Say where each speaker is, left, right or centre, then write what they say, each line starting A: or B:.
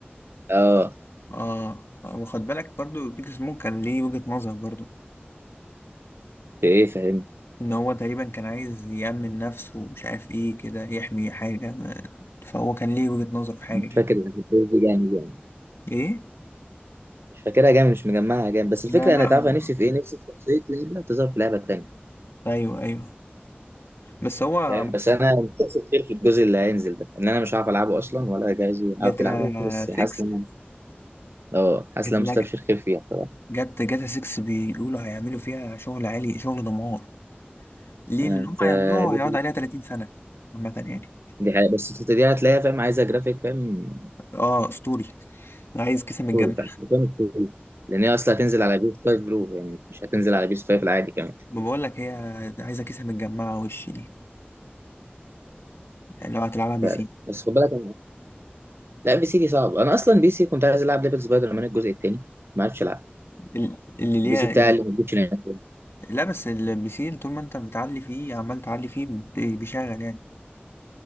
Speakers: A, on the right (about 75°); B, on the left (about 85°).
A: اه
B: اه آه، واخد بالك برضو بيج سموك كان ليه وجهة نظر برضو
A: في ايه فاهم
B: ان هو تقريبا كان عايز يأمن نفسه ومش عارف ايه كده يحمي حاجة ما- فهو كان ليه وجهة نظر في حاجة
A: مش
B: كده
A: فاكر الأحداث دي جامد يعني
B: ايه
A: مش فاكرها جامد مش مجمعها جامد بس الفكره
B: لا لا
A: انا تعرف
B: هو
A: أنا نفسي في ايه نفسي في شخصيه لعبه تظهر في لعبه تانيه
B: ايوه ايوه بس هو
A: فاهم بس انا متأسف كتير في الجزء اللي هينزل ده ان انا مش عارف العبه اصلا ولا جاهز
B: جاتا
A: عارف يلعبه بس
B: 6
A: حاسس ان أنا- اه حاسس
B: جاتا
A: ان أنا
B: لا
A: مستبشر خير فيها بصراحه
B: جاتا جاتا 6 بيقولوا هيعملوا فيها شغل عالي شغل دمار ليه
A: يعني
B: لان
A: انت
B: هم هيعملوها
A: دي
B: هيقعد عليها 30 سنة عامة يعني
A: دي حقيقة بس أنت دي هتلاقيها فاهم عايزه جرافيك فاهم
B: اه اسطوري عايز كيسة متجمعة
A: كوري فاهم فاهم كوري لان هي اصلا هتنزل على بيس 5 برو يعني مش هتنزل على بيس 5 العادي كمان
B: ما بقول لك هي عايزة كيسة متجمعة وش دي يعني لو هتلعبها بي
A: ف-
B: سي
A: بس خد بالك لا بي سي دي صعب انا اصلا بي سي كنت عايز العب ليفل سبايدر مان الجزء الثاني ما عرفتش العب
B: ال- اللي ليها
A: البي سي بتاعي اللي موجودش هناك
B: لا بس البي سي طول ما انت بتعلي فيه عمال تعلي فيه بي- بيشغل يعني